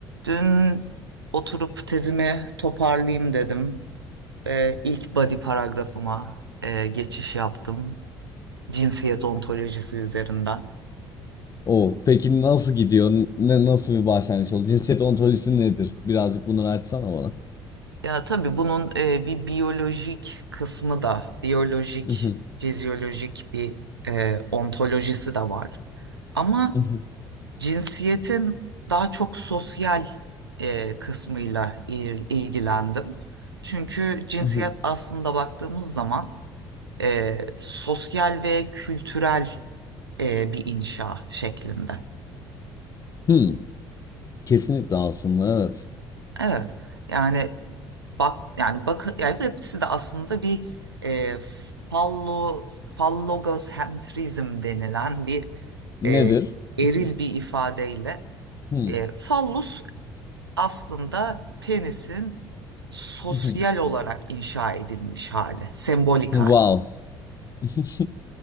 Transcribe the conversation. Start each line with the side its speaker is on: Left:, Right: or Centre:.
Right: Dün oturup tezimi toparlayayım dedim. Ee, ilk body paragrafıma e, geçiş yaptım. Cinsiyet ontolojisi üzerinden.
Left: O peki nasıl gidiyor? Ne nasıl bir başlangıç oldu? Cinsiyet ontolojisi nedir? Birazcık bunları açsana bana.
Right: Ya tabii bunun e, bir biyolojik kısmı da, biyolojik,
Left: Mhm,
Right: fizyolojik bir e, ontolojisi de var. Ama
Left: mhm,
Right: cinsiyetin daha çok sosyal e, kısmıyla il- ilgilendim. Çünkü cinsiyet
Left: mhm.
Right: aslında baktığımız zaman e, sosyal ve kültürel e, bir inşa şeklinde.
Left: Hmm, kesinlikle aslında evet.
Right: Evet. Yani bak yani bak yani hepsi de aslında bir e, fallo fallogocentrizm denilen bir
Left: Nedir?
Right: e, eril
Left: <laughs>
Right: bir ifadeyle
Left: Hmm,
Right: e, fallus aslında penisin sosyal
Left: mhm.
Right: olarak inşa edilmiş hali, sembolik
Left: Wow.
Right: hali.
Left: <laughs>